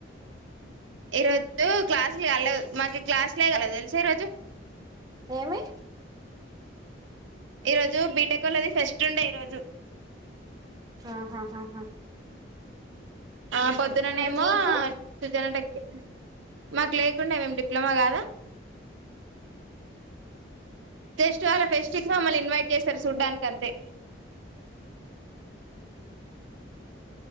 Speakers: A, on the right; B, on the right.
A: ఈ రోజు క్లాసులు కలదు మాకి క్లాసులే కాలేదు తెలుసా ఈ రోజు
B: ఏమి
A: ఈ రోజు బీటెక్ వాళ్ళది ఫెస్ట్ ఉండే ఈరోోజు
B: ఆహ హ హ
A: ఆ పొద్దుననేేమో
B: మీకు
A: సుజనటకి మాకు లేకుండ మేక డిప్లొమా కాదా జస్ట్ వాళ్ళ ఫెస్ట్ కి మమ్మల్ని ఇన్వైట్ చేశారు చూడ్డానికి ఇకంతే